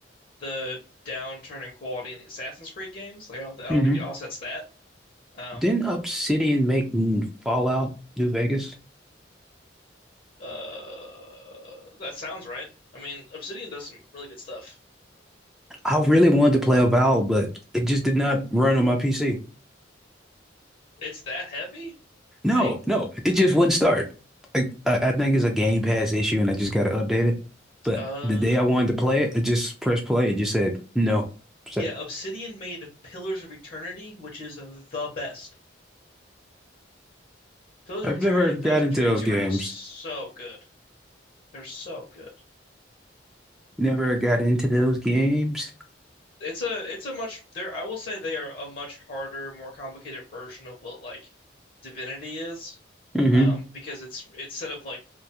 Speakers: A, on the left; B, in the centre.
A: the downturn in quality in the Assassin's Creed games. Like I don't I
B: hmm
A: don't think it offsets that. Um,
B: Didn't Obsidian make mm, Fallout New Vegas?
A: uh, that sounds right. I mean, Obsidian does some really good stuff.
B: I really wanted to play a Valve, but it just did not run on my PC.
A: It's that heavy?
B: No,
A: Dang.
B: no, it just wouldn't start. I, I I think it's a Game Pass issue, and I just got to update it. But
A: Uh,
B: the day I wanted to play it, I just pressed play and just said no. So
A: yeah, Obsidian made Pillars of Eternity, which is the best. Pillars
B: I've
A: of Eternity
B: never
A: and
B: got
A: Pillars
B: into
A: of Eternity
B: those games.
A: 2 are so good. They're so good.
B: Never got into those games.
A: It's a it's a much there I will say they are a much harder, more complicated version of what like Divinity is.
B: hmm
A: Um, because it's instead of like